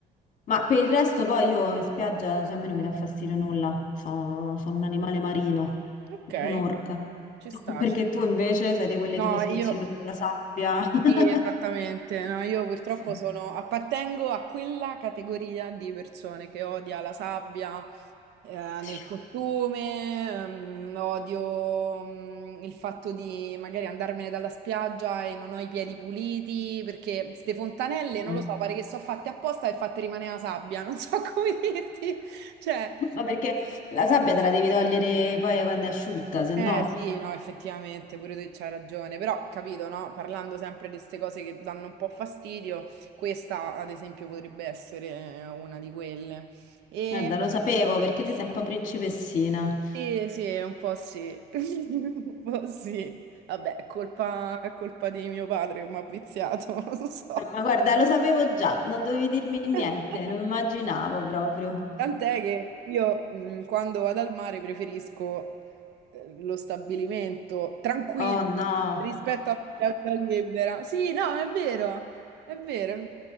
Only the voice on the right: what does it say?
Ok,
no, ci sta,
ci sta.
No,
io...
Sì, esattamente. No, io purtroppo
sono, appartengo a quella categoria di persone che odia la sabbia, eh,
nel costume, ehm, odio, mm, il fatto di magari andarmene dalla spiaggia e non ho i piedi puliti, perché ste fontanelle, non
lo so, pare che sono fatte apposta e fatte rimanere la sabbia, non so <laughs> come dirti. Cioè,
Eh sì, no, effettivamente, pure tu c'hai ragione, però capito, no? Parlando sempre di queste cose che danno un po' fastidio, questa ad esempio potrebbe essere eh, una di quelle. E
sì, sì, un po' sì, <laughs> un po' sì. Vabbè, è colpa, è colpa di mio padre che mi ha viziato, <laughs> non lo so.
<laughs>
Tant'è che io mh, quando vado al mare preferisco eh, lo stabilimento tranquillo
rispetto alla piazza libera. Sì, no, è vero, è vero. è vero.